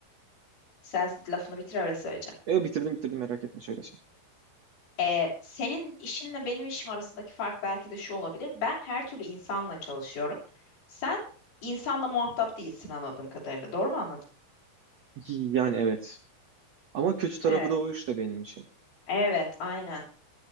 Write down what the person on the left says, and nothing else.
Sen lafını bitir öyle söyleyeceğim.
Ee, senin işinle benim işim arasındaki fark belki de şu olabilir. Ben her türlü insanla çalışıyorum. Sen insanla muhatap değilsin anladığım kadarıyla. Doğru mu anladım?
Evet.
Evet, aynen.